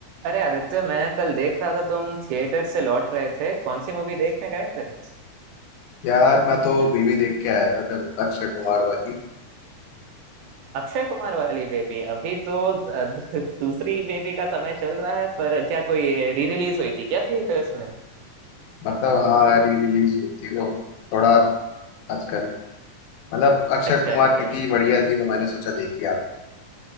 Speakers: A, on the right; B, on the left.
A: अरे आदित्य मैं कल देख रहा था तुम थिएटर से लौट रहे थे कौन सी मूवी देखने गए थे
B: यार मैं तो बीवी देख के आया था कल अक्षय कुमार वाली
A: अक्षय कुमार वाली बेबी अभी तो अ, दू- दूसरी बेबी का समय चल रहा है पर क्या कोई री रिलीज हुई थी क्या थिएटर्स में
B: मतलब हाँ री रिलीज हुई थी वो थोड़ा आजकल मतलब अक्षय
A: अच्छा
B: कुमार
A: अच्छा
B: की थी बढ़िया थी तो मैंने सोचा देखी आपने